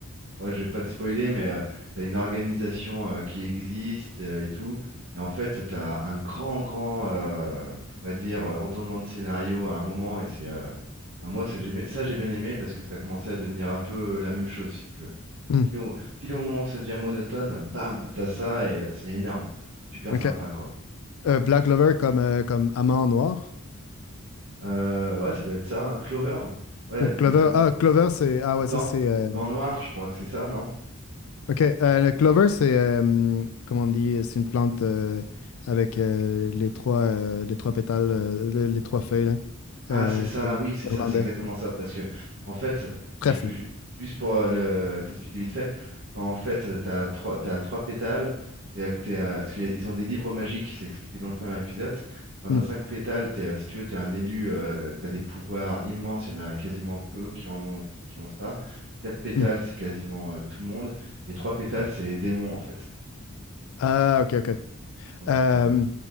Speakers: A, on the right (about 60°); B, on the left (about 80°).
A: moi, je vais pas te spoiler, mais tu as une organisation euh, qui existe euh, et tout. Et en fait, t'as un grand, grand, euh, on va dire, euh, retournement de scénario à un moment. Et c'est, euh, enfin, moi, c'est- j'ai bien- ça, j'ai bien aimé parce que ça commençait à devenir un peu la même chose, si tu veux.
B: Hmm.
A: Pile au, pile au moment où ça devient monotone, bam, t'as ça et euh, c'est énorme. Enfin, c'est super
B: OK.
A: sympa, quoi.
B: Euh, Black Clover comme, euh, comme amande noir
A: Euh, ouais, ça doit être ça, hein. Clover. Ouais,
B: Ou Clover?
A: le- ou-
B: Ah, Clover, c'est... Ah ouais,
A: Gant.
B: ça, c'est... euh,
A: Gant noir, je crois que c'est ça, non?
B: OK. euh, le Clover, c'est... euh, comment on dit? C'est une plante euh, avec euh, les trois, euh, les trois pétales, euh, le- les, trois feuilles, là.
A: Ah,
B: Euh,
A: c'est ça,
B: comme
A: oui, c'est
B: irlandais.
A: ça, c'est exactement ça. Parce que, en fait,
B: Trèfle.
A: ju- ju- juste pour euh, le t'expliquer vite fait, quand en fait, euh, t'as trois, t'as trois pétales, c'est euh, que t'es, euh, parce qu'ils ont des livres magiques, c'est expliqué dans le premier épisode. Quand
B: Hmm,
A: t'as cinq pétales, t'es, euh, si tu veux, t'es un élu, euh, t'as des pouvoirs immenses, il y en a quasiment peu qui en ont, qui ont ça. Quatre pétales,
B: hmm.
A: c'est quasiment euh, tout le monde. Et trois pétales, c'est les démons, en fait.
B: Ah, OK, OK.
A: Donc,
B: Euh,
A: c'est pas mal.